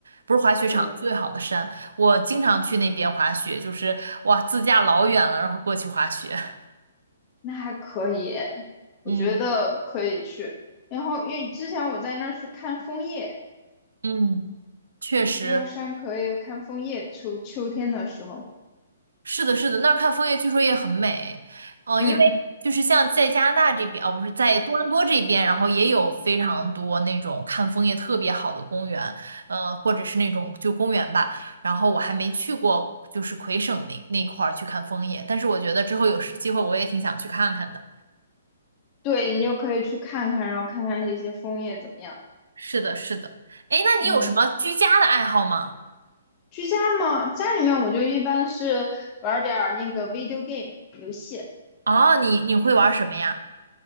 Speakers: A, on the right; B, on the left.
A: 不是滑雪场，
B: 我
A: 最好的山。我经常去那边滑雪，就是哇，自驾老远了，然后过去滑雪。<laughs>
B: 那还可以，我觉得可以去。
A: 嗯
B: 然后因为之前我在那儿是看枫叶，
A: 嗯，确实。
B: 那个山可以看枫叶，秋秋天的时候，
A: 是的，是的，那儿看枫叶据说也很美，嗯、
B: 嗯，
A: 因为就是像在加拿大这边，哦，不是在多伦多这边，然后也有非常多那种看枫叶特别好的公园，呃，或者是那种就公园吧。然后我还没去过，就是魁省那那块儿去看枫叶，但是我觉得之后有时机会我也挺想去看看的。
B: 对你就可以去看看，然后看看那些枫叶怎么样。
A: 是的，是的，哎，那你有什么居家的爱好吗？
B: 嗯，居家嘛，家里面我就一般是玩点儿那个 video game 游戏，
A: 哦，你你会玩什么呀？